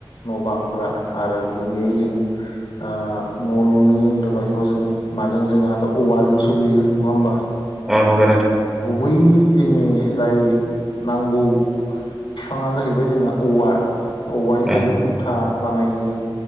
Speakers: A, on the left; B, in the centre.
A: न' बांफोरा आरो गुबैयै जों न' लुनो होनदों बाथ' जोङो माजों जोंहा द औवाजों सो लुयो नङा होमबा?
B: आ नगां <inaudible>
A: बै जोंनि जाय नांगौ बिफाङानो जाहैबाय जोंहा औवा । ायनो
B: अ
A: खुन्था <inaudible> बानायो जों